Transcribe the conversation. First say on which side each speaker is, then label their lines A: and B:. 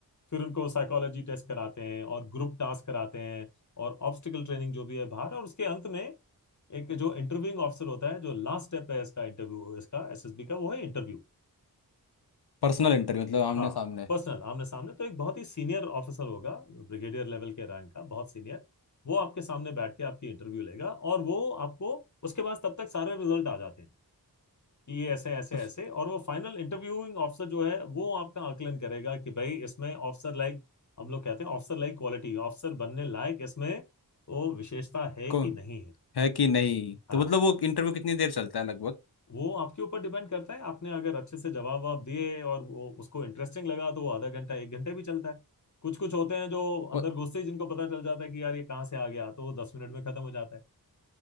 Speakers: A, on the left (about 45°); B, on the left (about 75°).
A: फिर उनको साइकोलॉजी टेस्ट कराते हैं और ग्रुप टास्क कराते हैं और ऑब्स्टिकल ट्रेनिंग जो भी है बाहर और उसके अंत में एक जो इंटरव्यूइंग ऑफिसर होता है जो लास्ट स्टेप है इसका इंटरव्यू इसका एसएसबी का वो है इंटरव्यू
B: पर्सनल
A: तो
B: इंटरव्यू मतलब
A: हाँ
B: आमने सामने
A: पर्सनल आमने सामने तो एक बहुत ही सीनियर ऑफिसर होगा ब्रिगेडियर लेवल के रैंक का बहुत सीनियर वो आपके सामने बैठ के आपकी इंटरव्यू लेगा और वो आपको उसके बाद तब तक सारे रिजल्ट आ जाते हैं कि ये ऐसे ऐसे
B: तो
A: ऐसे
B: फ-
A: और वो फाइनल इंटरव्यूइंग ऑफिसर जो है वो आपका आकलन करेगा कि भाई इसमें ऑफिसर लाइक हम लोग कहते हैं ऑफिसर लाइक क्वालिटी ऑफिसर बनने लायक इसमें वो विशेषता है
B: को
A: कि नहीं है
B: है कि नहीं
A: हाँ
B: तो मतलब वो इंटरव्यू कितनी देर चलता है लगभग
A: वो आपके ऊपर डिपेंड करता है आपने अगर अच्छे से जवाब ववाब दिए और वो उसको इंटरेस्टिंग लगा तो वो आधा घंटा एक घंटे भी चलता है कुछ कुछ होते हैं जो अंदर
B: और
A: घुसते ही जिनको पता चल जाता है कि यार ये कहाँ से आ गया तो वो दस मिनट में खत्म हो जाता है